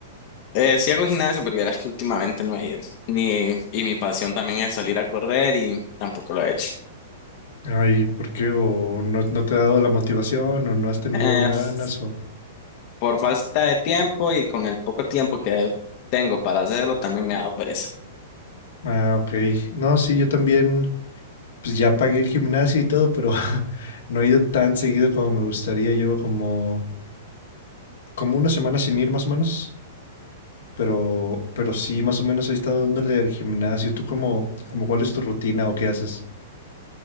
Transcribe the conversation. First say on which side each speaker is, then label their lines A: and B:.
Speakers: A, on the left; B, on the left.
A: Eh, sí hago gimnasio, pero vieras que últimamente no he ido. Ni, y mi pasión también es salir a correr y tampoco lo he hecho.
B: Ay, ¿por qué? ¿O no, no te ha dado la motivación? ¿O no has tenido
A: Eh,
B: ganas?
A: f-
B: O...
A: por falta de tiempo y con el poco tiempo que tengo para hacerlo, también me ha dado pereza.
B: Ah, ok. No, sí, yo también, pues ya pagué el gimnasio y todo, pero <laughs> no he ido tan seguido como me gustaría. Llevo como, como una semana sin ir más o menos. Pero, pero sí, más o menos he estado dándole al gimnasio. ¿Tú cómo, cómo cuál es tu rutina o qué haces?